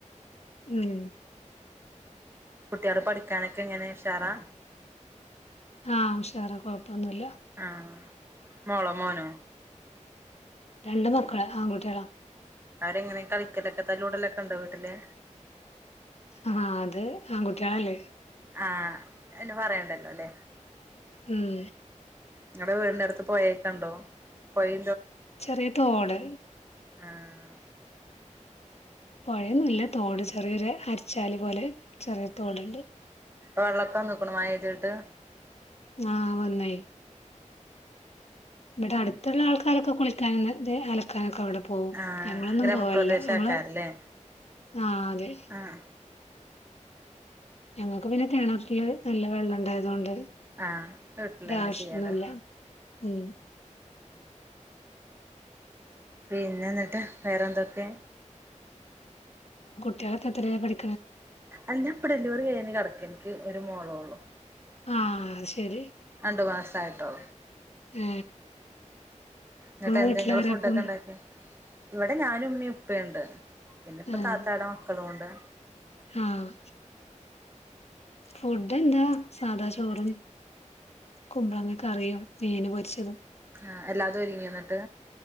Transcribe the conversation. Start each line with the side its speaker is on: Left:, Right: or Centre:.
Left: ഉം
Right: കുട്ടികള് പഠിക്കാനൊക്കെ എങ്ങനെ ഉഷാറാ
Left: ആ ഉഷാറാ കൊഴപ്പൊന്നുമല്ല
Right: ആഹ് മോളോ മോനോ
Left: രണ്ട് മക്കള് ആൺകുട്ടികളാ
Right: അവരെങ്ങനെ കളിക്കലൊക്കെ തല്ലകൂടലൊക്കെ ഉണ്ടോ വീട്ടില്
Left: ആ അത് ആൺകുട്ടികളല്ലേ
Right: ആ പിന്നെ പറയണ്ടല്ലോ അല്ലേ
Left: ഉം
Right: നിങ്ങടെ വീടിന്റെ അടുത്ത് പോഴയെക്കെ ഉണ്ടോ പോയി
Left: ചെറിയ തോട്
Right: ആഹ്
Left: പുഴയൊന്നുല്ല തോട് ചെറിയൊരു അരിച്ചാല് പോലെ ചെറിയൊരു തോടുണ്ട്
Right: വെള്ളക്കൊ നിക്ണു മഴ പെയ്തിട്ട്
Left: ആ വന്നായി ഇവിടെ അടുത്തുള്ള ആൾക്കാരൊക്കെ കുളിക്കാൻ ന്ന്തെ അലക്കാനൊക്കെ അവിടെ പോവും
Right: ആഹ്
Left: ഞങ്ങളൊന്നും
Right: ഗ്രാമപ്രദേശ
Left: പോവലില്ല ഞങ്ങള്
Right: ആക്കാരല്ലേ
Left: ആ അതെ
Right: ആഹ്
Left: ഞങ്ങൾക്ക് പിന്നെ കിണറ്റില് നല്ല വെള്ളം ഉണ്ടായത് കൊണ്ട്
Right: ആഹ് വീട്ടിലന്നെ
Left: ന്റെ ആവശ്യമൊന്നുമില്ല
Right: ചെയ്യാറ്
Left: ഉം
Right: പിന്നെന്നിട്ട് വേറെന്തൊക്കേ?
Left: കുട്ട്യോലൊക്കെ എത്രേലെ പടി
Right: അല്ല ഇപ്പൊ ഡെലിവറി കയിഞ്ഞ് കിടക്കാനിക്ക് ഒരു മോളോള്ളു
Left: ആഹ് ശെരി
Right: അണ്ടു മാസായിട്ടോ
Left: ഉം
Right: നെട്ടെന്തേ
Left: വീട്ടിലാരാപ്പം
Right: ങ്ങള് ഫുഡ്ക്കെണ്ടാക്കിയെ ഇവിടെ ഞാനുമ്മീ ഉപയുണ്ട് പിന്നെപ്പ
Left: ആഹ്
Right: താത്തായേടെ മക്കളുംണ്ട്
Left: ആഹ് ഫുഡ്ന്താ സാധാ ചോറും കുമ്പളങ്ങക്കറിയും മീന് പൊരിച്ചത്
Right: ആഹ് എല്ലാതൊരുങ്യോന്നട്ട്